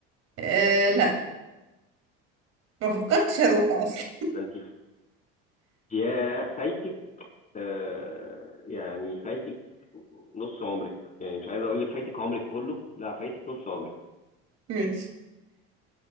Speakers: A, on the right; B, on the left.
A: آه لا ما فكرتش اروح اصلا
B: ده انت يا فايتك آه يعني فايتك نص عمرك يعني مش عايز اقول لك فايتك عمرك كله لا فايتك نص عمرك
A: <laughs> مش